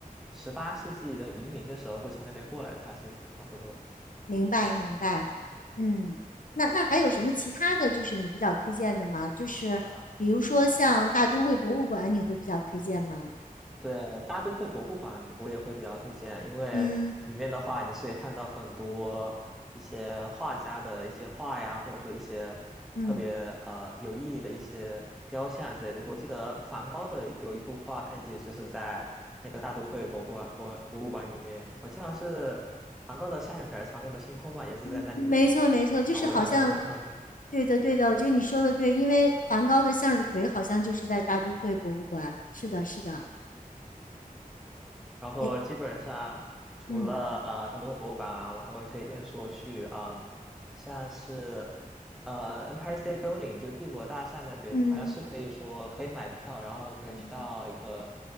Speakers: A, in the centre; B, on the left.
A: 十八世纪的移民的时候会从那边过来的，还是差不多
B: 明白，明白。嗯，那那还有什么其他的就是你比较推荐的吗？就是比如说像大都会博物馆，
A: 啊啊。
B: 你会比较推荐吗？
A: 对，大都会博物馆我也会比较推荐，因为里面的话，
B: 嗯
A: 你是可以看到很多一些画家的一些画呀，或者说一些特别呃有意义的一些雕像之类的。
B: 嗯，
A: 我记得梵高的有一幅画，它也就是在那个大都会博物馆博博物馆里面，我记得好像是梵高的向日葵还是梵高的星空吧，也是在那里面的。
B: 嗯没错没错，就是好像，
A: 啊，我也会特挺会
B: 对的对的，我觉得你说的对，因为梵高的向日葵好像就是在大都会博物馆。是的，是的。
A: 然后基本上除了呃大多的博物馆啊，
B: 哎，嗯
A: 我还会推荐说去嗯，像是呃 Empire State Building 就帝国大厦那边，
B: 嗯
A: 好像是可以说可以买票，然后可以去到一个
B: 嗯